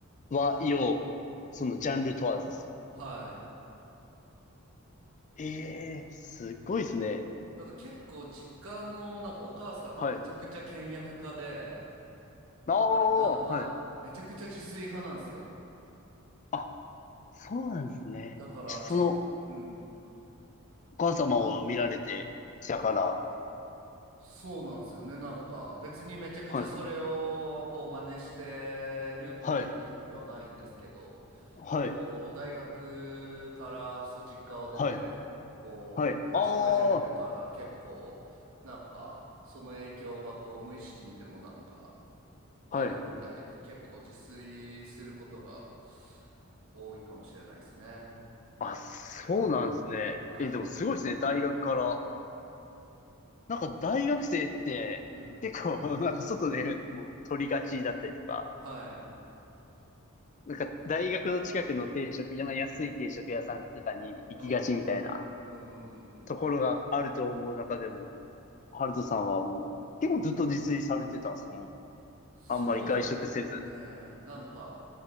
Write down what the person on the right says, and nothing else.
はい。
なんか結構実家のなんかお母さんがめちゃくちゃ倹約家で、
なんかめちゃくちゃ自炊派なんですよ。
だからち、
うん。
そうなんですよね。なんか別にめちゃくちゃそれをこう真似してるっていう意識はないんですけど、
こう、大学からそう実家を出て、
こう、
暮らし始めてから結構、
なんか、その影響がこう、無意識にでもなんか、
あるみたいで、結構自炊することが多いかもしれないですね。
はい。
うん。
はい。
うんうんうんうん。うんうんうんうん。
そう
ねえ、なんか、